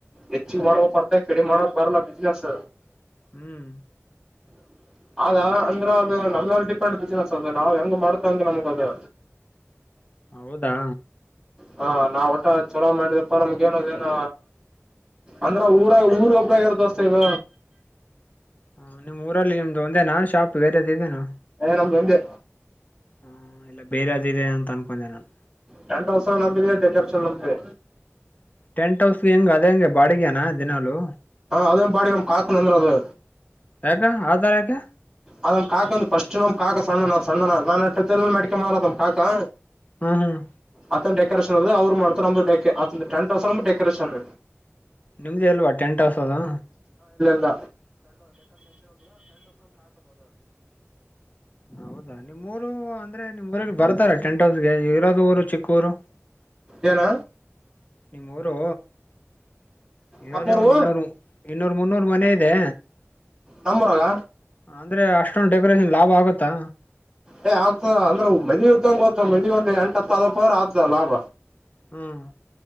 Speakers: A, in the centre; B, on the left (about 35°).
A: ಹೆಚ್ಚಿ ಮಾಡಬೇಕು ವರ್ತೂ ಕಡಿಮೆ ಮಾಡಕ್ ಬರ್ಲಾ ಬಿಸಿನೆಸ್
B: ಹ್ಮ್
A: <inaudible> ಅದ ಅಂದ್ರ ಅದು ನಮಲ್ಲಿ ಡಿಪೆಂಡ್ ಬಿಸಿನಸ್ ಅದ ನಾವ್ ಹೆಂಗ್ ಮಾಡ್ತ ಅಂದ್ರ ನಮಗ ಅದು
B: ಹೌದಾ
A: ಹಾ ನಾವ್ ಒಟ ಚಲೋ ಮಾಡಿದಪ್ಪ ನಮ್ಗೇನದೇನ ಅಂದ್ರ ಊರ ಊರಿ ಒಬ್ಬರೇ ಯಾರ ದೋಸ್ತ ಈಗ
B: ಹ ನಿಮ್ ಊರಲ್ಲಿ ನಿಮ್ದು ಒಂದೇನಾ ಶಾಪ್ ಬೇರೆದುಇದೇನ
A: ನಮ್ದು ಒಂದೇ
B: ಹ್ಮ ಎಲ್ಲ ಬೇರೆ ಇದೆ ಅಂತ ಅನ್ಕೊಂಡೆ ನಾನು
A: ಟೆಂತ್ ಹೌಸ್ ನಮ್ದೇ ಡೆಕೋರೇಷನ್ ನಮ್ದೇ
B: ಟೆಂಟ್ ಹೌಸ್ ಹೆಂಗ ಅದೇ ಹಂಗೆ ಬಾಡಿಗೆನಾ ದಿನಲು
A: ಅದೇ ಬಾಡಿ ನಮ್ ಕಾಕೊಂಡ ಅಂದರದು
B: ಯಾಗ ಆದಯಾ ಯಾಕ
A: ಅದ್ ಕಾಕಾ ಅ ಫಸ್ಟ್ ನಮ್ಮ ಕಾ ಸಣ್ಣ ನ ಸಣ್ಣ ನಾ ನ ಅಡಕೊಂಡಂಬಂದ ಅದ್ ಕಾ
B: ಹ್ಮ್ ಹ್ಮ್
A: ಅತ ಡೆಕೋರಷನ್ ಅದು ಅವರು್ತ ನ್ದ ಟನ್ ತೌಸಂಡ್ ಡೆಕೋೇಷನ್
B: ನಿಮ್ದು ಅಲ್ವಾ ಟೆಂಟ್ ಹೌಸ್ ಅದು
A: ಟಂಟ್್ದ
B: ಹೌದಾ ನಿಮ್ೂಊರು ಅಂದ್ರೆ ನಿಮ್ ಊರಲ್ಲಿ ಬರ್ತಾರ ಟೆಂಟ್ ಹೌಸ್ಗೆ ಇರೋದ ಊರು ಚಕ್ಕೂರು
A: ಏನ
B: ನಿಮ್ಮ್ಊರು ಇರದೇ
A: ನಮ್ಮೂರು
B: ಒಂದು ಇನ್ನೊರು ಇನ್ನೂರ್ ಮುನ್ನೂರು ಮನೆ ಇದೆ
A: ನಮ್ಮೋರಾಗ
B: ಅಂದ್ರೆ ಅಷ್ಟೊಂದು ಡೆಕೋರೇಷನ್ ಲಾಭ ಆಗತ್ತಾ
A: ಏ ಆಗ್ತದ ಅಂದ್ರೆ ಮದ್ವಿ ಇದ್ದಂಗಗೆ ಗೊತ್ತ ಮದ್ವಿ ಒಂದ್ ಎಂಟ ಅತ್ತಪ್ಪ ಅವ್ರ ಆಗ್ತದ ಲಾಭ
B: ಹ್ಮ್